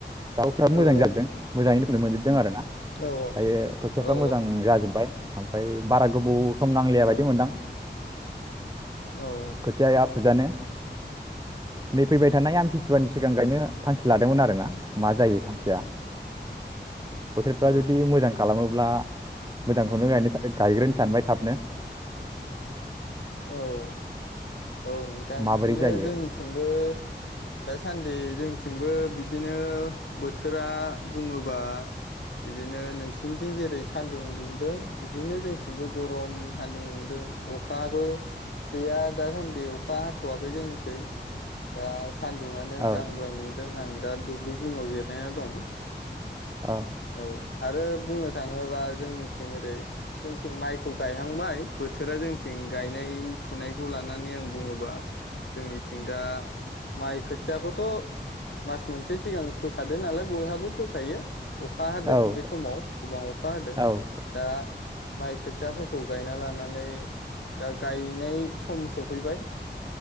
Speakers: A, on the right; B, on the left.
A: दा खोथियाबो मोजां
B: औ
A: जादों मोजाङैनो फोनो मोनजोबदों आरो ना
B: औ
A: दायो खोथियाफ्रा
B: औ
A: मोजां जाजोबबाय। ओमफ्राय बारा गोबाव सम नांलिया
B: औ
A: बायदि मोनदां।
B: औ
A: खोथियाया फुजानो नै फैबाय थानाय आमथिसुवानि सिगां गायनो थांखि लादोंमोन आरोना मा जायो थांखिया बोथोरा
B: औ
A: जुदि मोजां खालामोब्ला मोजांखौनो गायनो सा गायग्रोनो सानबाय थाबनो
B: औ औ औ औ नोंथां
A: माबोरै
B: बिदिनो
A: जायो
B: जोंनिथिंबो दा सान्दि जोंथिंबो बिदिनो बोथोरा बुङोबा बिदिनो नोंसिनिथिं जेरै सानदुं दुंदों बिदिनो जोंथिंबो गरम सान्दुं दुंदों अखा बो गैया दा सान्दि अखा हाथ'वाखै जोंनिखै दा सान्दुङानो
A: औ
B: ब्रां ब्रां दुंदों आं दा दुब्लि जिङाव जिरायना दं
A: औ
B: औ आरो बुंनो थाङोबा जोंनिथिं ओरै जोंथिं माइखौ गायहांबाय बोथोरा जोंथिं गायनाय फुनायखौ लानानै आं बुङोबा जोंनिथिं दा माइ खोथियाखौथ' मास मोनसे सिगां फोखादो नालाय बयहाबो फोखायो। अखा हादों
A: औ
B: बे समाव गोबां अखा हादों।
A: औ
B: दा माइ खोथियाफोरखौ गायना लानानै दा गायनाय सम सफैबाय